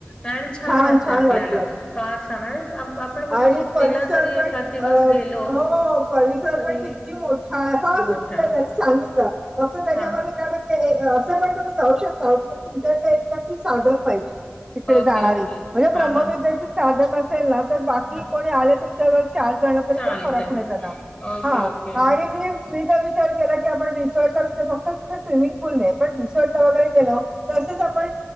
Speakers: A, on the left; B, on the right.
A: आणि
B: छान
A: वाटते
B: छान
A: आपल्याला
B: वाटलं
A: फार छान आणि आपण बघा
B: आणि
A: सुट्टीला
B: परिसर
A: जरी
B: पण
A: एखाद दिवस
B: अ
A: गेलो
B: हो परिसर
A: तरी
B: पण किती मोठा आहे हो
A: मोठा
B: सुटला त्यानी सांगितलं फक्त त्याच्यामध्ये
A: हा
B: काय असं पण तुम्ही जाऊ शकताण तुमच्या एक व्यक्ती साधं पाहिजे
A: ओके
B: जाणारी
A: ओके
B: म्हणजे ब्रमविद्या
A: हा हा
B: साधक असेल ना तर बाकी
A: हा
B: कोणी आले तुमच्यावर चार जण तरी
A: चालतय
B: का फरक नाही त्यांना
A: ओके
B: हा
A: ओके
B: आणि मी विचार केला क आपण रिसॉर्टचा विचार फक्त तिथे स्विमिंगूल नाही पण रिसॉर्ट ला वगैरेलो तसेच आपण